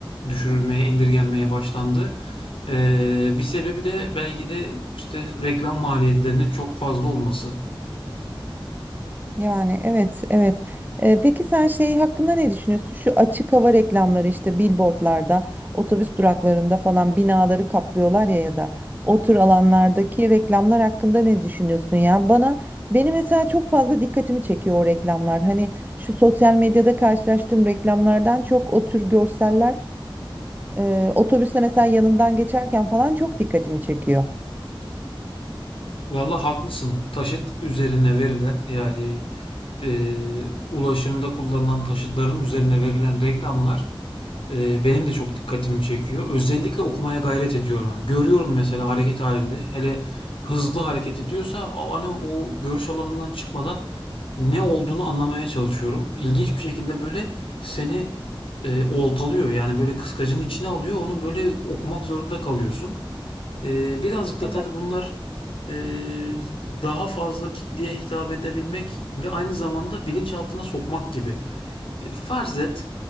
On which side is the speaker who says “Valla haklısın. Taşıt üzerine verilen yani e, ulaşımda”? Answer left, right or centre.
Left